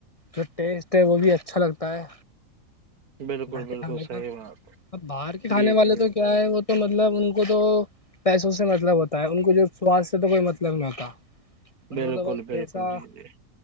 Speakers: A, on the left; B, on the right.
A: جو ٹیسٹ ہے وہ بھی اچھا لگتا ہے
B: بالکل
A: گھر کے
B: بالکل
A: کھانے
B: صحیح
A: کا ا
B: بات
A: باہر کے کھانے
B: جی
A: والے
B: جی
A: تو کیا ہے وہ تو مطلب ان کو تو پیسوں سے مطلب ہوتا ہے ان کو جو سواستھ سے تو کوئی مطلب نہیں ہوتا ان
B: بالکل
A: کو تو بس
B: بالکل
A: پیسہ
B: جی جی